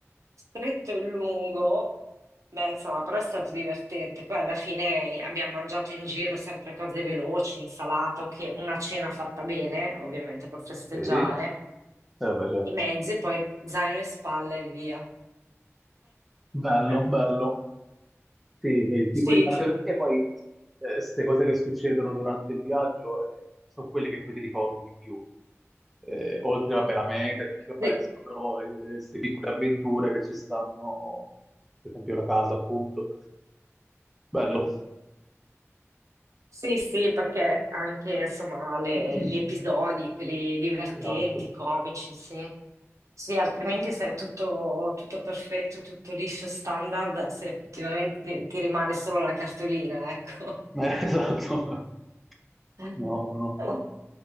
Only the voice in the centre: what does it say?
Sì, eh beh, certo.
Bello,
bello. Sì, sì, il tipo
di... Anche
perché poi queste cose che succedono durante il viaggio eh, sono quelle che poi ti ricordi di più. Eh, oltre, vabbè, la meta e tutto il resto,
però queste piccole avventure che ci stanno, per esempio la casa, appunto. Bello.
<clears throat>
Esatto.
Eh, <laughs> esatto.
No, no, no.